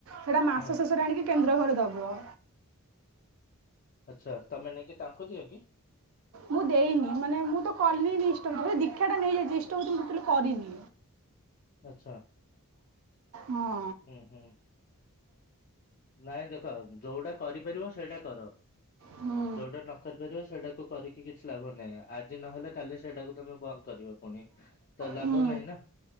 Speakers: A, on the right (about 65°); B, on the left (about 40°).
A: ସେଇଟା ମାସ
B: ହଁ
A: ଶେଷରେ ଆଣିକି କେନ୍ଦ୍ର ଘରେ ଦବ।
B: ଆଚ୍ଛା ତମେ ନେଇକି ତାଙ୍କୁ ଦିଅ କି?
A: ମୁଁ ଦେଇନି ମାନେ ମୁଁ ତ କଲିନି ଇଷ୍ଟବୁତି <unintelligible> ଦୀକ୍ଷା ଟା ନେଇଯାଇଛି ଇଷ୍ଟବୁତି ମୁଁ ଟୋଟାଲି କରିନି।
B: ଆଚ୍ଛା
A: ହଁ।
B: ହୁଁ ହୁଁ। ନାଇଁ ଦେଖ ଯୋଉଟା କରିପାରିବ ସେଇଟା କର।
A: ହୁଁ
B: ଯୋଉଟା ନ କରିପାରିବ ସେଇଟାକୁ କରିକି କିଛି ଲାଭ ନାହିଁ ଆଜି ନହେଲେ କାଲି ସେଇଟାକୁ ତମେ ବନ୍ଦ କରିବ ପୁଣି ତ ଲାଭ
A: ହୁଁ
B: ନାହିଁ ନା।